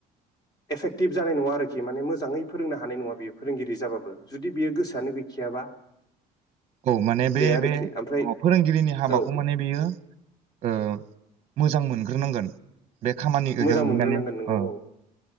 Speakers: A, on the left; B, on the right.
A: एफेक्टिभ जानाय नङा आरोखि माने मोजाङै फोरोंनो हानाय नङा बेयो फोरोंगिरि जाबाबो। जुदि बेयो गोसोआनो गैखायाबा।
B: औ माने बे
A: आरोखि
B: बे
A: ओमफ्राय
B: औ फोरोंगिरिनि हाबाखौ
A: औ
B: माने बियो ओ मोजां मोनग्रोनांगोन। बे खामानिजों
A: मोजां मोनग्रोनांगोन
B: माने
A: नोंगौ
B: ओ
A: औ